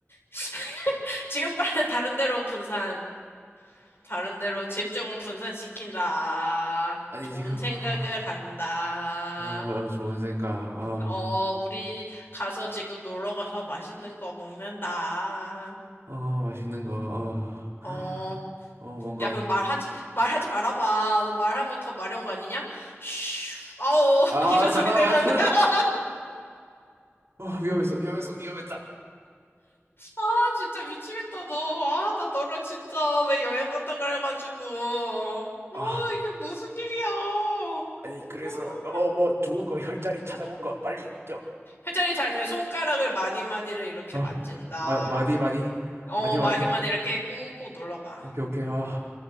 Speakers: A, on the left; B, on the right.
A: <laughs> 지금 빨리 다른 데로 분산. 다른 데로 집중을 분산시킨다.
B: 아니,
A: 좋은
B: 지금. 어.
A: 생각을 한다.
B: 어, 어, 좋은 생각. 어,
A: 어, 우리 가서 지금 놀러 가서 맛있는 거 먹는다.
B: 어, 맛있는 거. 어,
A: 어,
B: 어, 뭔가.
A: 야, 그
B: 기-
A: 말하지, 말하지 말아봐. 너 말하면 더 마려운 거 아니냐? 슈, 아오,
B: 아,
A: <laughs> 이런 소리
B: 잠깐만.
A: 내면.
B: 그,
A: <laughs>
B: 어, 위험했어, 위험했어, 위험했다.
A: 아, 진짜 미치겠다, 너. 아, 나 너랑 진짜 왜 여행 간다 그래가지고. 어,
B: 아,
A: 이게 무슨 일이야.
B: 아니, 그래서,
A: 음.
B: 어, 뭐, 좋은 거, 혈자리 찾아본 거, 빨리. 저,
A: 회전이 자녀 손가락을 마디마디를 이렇게
B: 어,
A: 만진다.
B: 마, 마디, 마디.
A: 어,
B: 마디,
A: 마디마디
B: 마디.
A: 이렇게 꾹꾹 눌러봐.
B: 오케이, 오케이. 아,